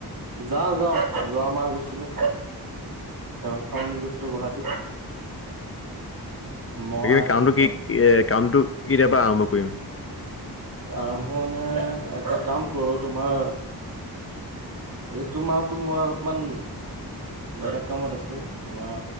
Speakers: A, on the right; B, on the left.
A: যাওঁ যাওঁ যোৱা মাহ গৈছিলো কামাখ্যা মন্দিৰ গৈছি গুৱাহাটী মই
B: বাকী কামটো
A: ভন
B: কি এ কামটো কেতিয়া পা আৰম্ভ কৰিম
A: আৰম্ভ মানে এটা কাম কৰোঁ তোমাৰ এইটো মাহতো মই অলপমান বেলেগ কামত আছোঁ তোমাৰ